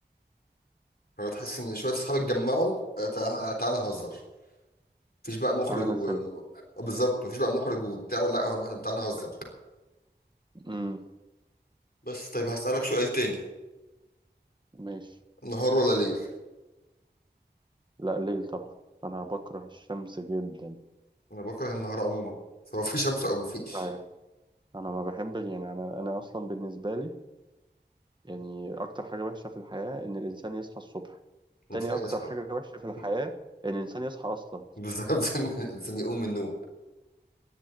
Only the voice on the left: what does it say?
هو تحس ان شويه اصحاب اتجمعوا آه، تع- تعالى نهزر مفيش بقى مخرج
و
آه، بالظبط مفيش بقى مخرج وبتاع لا هو احنا تعالى نهزر
بس طيب هسألك سؤال تاني
نهار ولا ليل
انا بكره النهار عموما سواء في شمس او مفيش
الانسان
يصحى
<laughs>
بالظبط ان الانسان يقوم من النوم